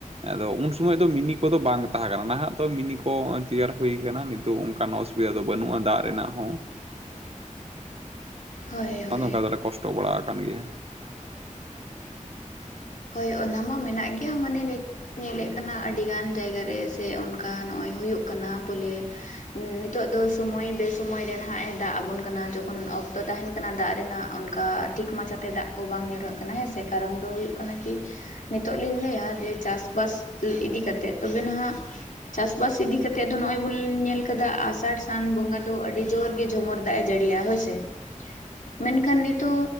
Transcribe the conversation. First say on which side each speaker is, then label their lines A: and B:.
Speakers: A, on the right; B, on the left.
A: ᱟᱫᱚ ᱩᱱ ᱥᱚᱢᱚᱭ ᱫᱚ ᱢᱤᱱᱤ ᱠᱚᱫᱚ ᱵᱟᱝ ᱛᱟᱦᱮᱸ ᱠᱟᱱᱟ, ᱱᱟᱦᱟᱜ ᱫᱚ ᱢᱤᱱᱤ ᱠᱚ ᱛᱮᱭᱟᱨ ᱦᱳᱭ ᱠᱟᱱᱟ ᱱᱤᱛᱚᱜ ᱚᱱᱠᱟᱱ ᱚᱥᱩᱵ ᱚᱥᱩᱵᱤᱫᱟ ᱫᱚ ᱵᱟᱹᱱᱩᱜᱼᱟ ᱫᱟᱜ ᱨᱮᱱᱟᱜ ᱦᱚᱸ
B: ᱦᱳᱭ
A: ᱵᱟᱠᱷᱟᱱ
B: ᱦᱳᱭ
A: ᱚᱱᱠᱟ ᱫᱚᱞᱮ ᱠᱚᱥᱴᱚ ᱵᱟᱲᱟ ᱠᱟᱱ ᱜᱮᱭᱟ᱾
B: ᱦᱳᱭ ᱚᱱᱟ ᱢᱟ ᱢᱮᱱᱟᱜ ᱜᱮᱭᱟ ᱢᱟᱱᱮ ᱱᱤᱛ ᱧᱮᱞᱮᱫ ᱠᱟᱱᱟ ᱟᱹᱰᱤᱜᱟᱱ ᱡᱟᱭᱜᱟ ᱨᱮ, ᱥᱮ ᱚᱱᱠᱟ ᱱᱚᱜᱼᱚᱭ ᱦᱳᱭᱳᱜ ᱠᱟᱱᱟ ᱵᱚᱞᱮ ᱱᱤᱛᱳᱜ ᱫᱚ ᱥᱚᱢᱚᱭ ᱵᱮᱥᱚᱢᱚᱭ ᱨᱮ, ᱱᱟᱦᱟᱜ ᱮ ᱫᱟᱜ ᱟᱵᱚᱱ ᱠᱟᱱᱟ, ᱡᱚᱠᱷᱚᱱ ᱚᱠᱛᱚ ᱛᱟᱦᱮᱱ ᱠᱟᱱᱟ ᱫᱟᱜ ᱨᱮᱱᱟᱜ ᱚᱱᱠᱟ ᱴᱷᱤᱠ ᱢᱟᱪᱷᱟᱛᱮ ᱫᱟᱜ ᱠᱚ, ᱵᱟᱝ ᱧᱩᱨᱦᱟᱹᱜ ᱠᱟᱱᱟ ᱦᱮᱸ ᱥᱮ, ᱠᱟᱨᱚᱱ ᱫᱚ ᱦᱳᱭᱳᱜ ᱠᱟᱱᱟ ᱠᱤ ᱱᱤᱛᱚᱜ ᱞᱤᱧ ᱞᱟᱹᱭᱟ ᱡᱮ, ᱪᱟᱥᱵᱟᱥ ᱤᱫᱤ ᱠᱟᱛᱮᱜ ᱛᱚᱵᱮ ᱱᱟᱦᱟᱜ ᱪᱟᱥᱵᱟᱥ ᱤᱫᱤ ᱠᱟᱛᱮᱜ ᱫᱚ, ᱱᱚᱜ ᱚᱭ ᱵᱚᱱ ᱧᱮᱞ ᱠᱟᱫᱟ ᱟᱥᱟᱲ ᱥᱟᱱ ᱵᱚᱸᱜᱟ ᱫᱚ ᱟᱹᱰᱤ ᱡᱳᱨ ᱜᱮ ᱡᱷᱚᱢᱚᱨ ᱫᱟᱜ ᱮ, ᱡᱟᱹᱲᱤᱭᱤᱭᱟ ᱦᱳᱭᱥᱮ ᱢᱮᱱᱠᱷᱟᱱ ᱱᱤᱛᱚᱜ